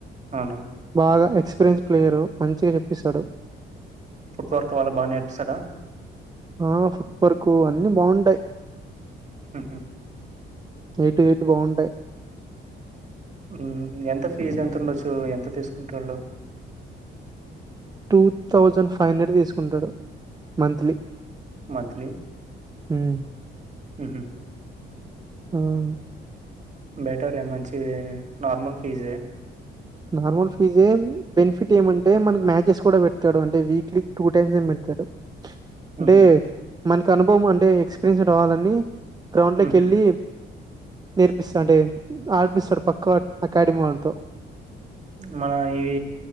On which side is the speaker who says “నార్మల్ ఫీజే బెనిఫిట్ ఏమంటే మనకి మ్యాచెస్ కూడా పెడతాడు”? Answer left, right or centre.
Right